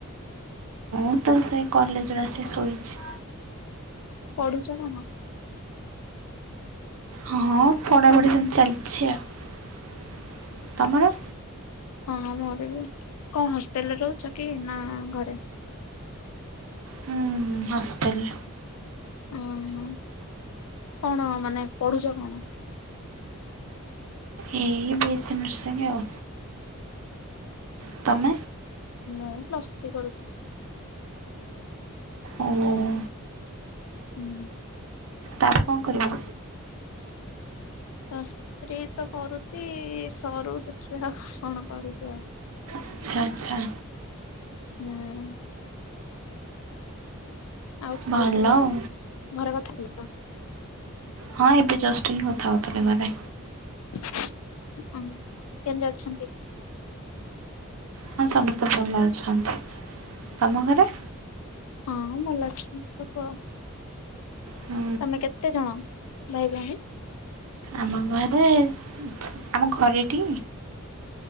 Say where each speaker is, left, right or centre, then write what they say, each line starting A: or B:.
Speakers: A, on the right (about 85°); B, on the left (about 85°).
A: ମୁଁ ତ ସେଇ କଲେଜ୍ ରୁ ଆସିକି ଷୋଇଛି।
B: ପଢୁଛ କଣ?
A: ହଁ ପଢାପଢି ସେମିତି ଚାଲିଛି ଆଉ ତମର?
B: ହଁ ମୋର ବି, କଣ ହଷ୍ଟେଲରେ ରହୁଛ କି ନାଁ ଘରେ?
A: ହୁଁ ହଷ୍ଟେଲ।
B: ଓହୋ କଣ ମାନେ ପଢୁଛ କଣ?
A: ଏଇ ବିଏସି ନର୍ସିଂଙ୍ଗି ଆଉ। ତମ
B: ମୁଁ ପ୍ଲଥ୍ରୀ କରୁଛି।
A: ଉଁ।
B: ଉଁ।
A: ତାପରେ କଣ କରିବ?
B: ପ୍ଲଥ୍ରି ତ କରୁଛି ସରୁ ଦେଖିବା ଆଉ କଣ କରିବି ଆଉ।
A: ଆଚ୍ଛା ଆଚ୍ଛା।
B: ହୁଁ। ଆଉ
A: ଭଲ
B: ଘରେ ସବୁ
A: ଆଉ।
B: ଘର କଥା <unintelligible>
A: ହଁ ଏବେ ଜଷ୍ଟ ହିଁ କଥା ହଉଥିଲେ ଘରେ।
B: ହଁ କେମିତି ଅଛନ୍ତି।
A: ହଁ ସମସ୍ତେ ଭଲ ଅଛନ୍ତି ତମ ଘରେ?
B: ହଁ ଭଲ ଅଛନ୍ତି ସବୁ ଆଉ।
A: ହୁଁ
B: ତମେ କେତେ ଜଣ ଭାଇ ଭଉଣୀ?
A: ଆମ ଘରେ ଆଛା ଆମ ଘରେ ଟି?